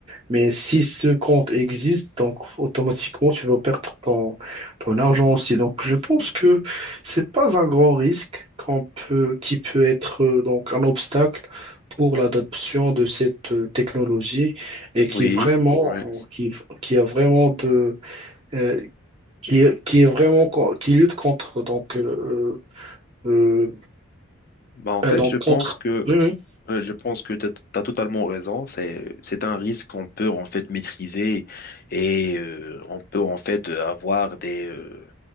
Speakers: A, on the right; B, on the left.
A: Mais si ce compte existe, donc automatiquement, tu vas perdre ton, ton argent aussi. Donc, je pense que c'est pas un grand risque qu'on peut, qui peut être euh, donc un obstacle pour l'adoption de cette euh, technologie et qui
B: Oui.
A: vraiment,
B: ouais.
A: qui, qui a vraiment de, euh, qui, qui est vraiment, co- qui lutte contre, donc, euh, euh,
B: Bah en fait,
A: euh, donc
B: je pense
A: contre,
B: que
A: oui, oui,
B: euh, je pense que tu as, totalement raison, c'est c'est un risque qu'on peut en fait maîtriser et euh, on peut en fait euh, avoir des euh,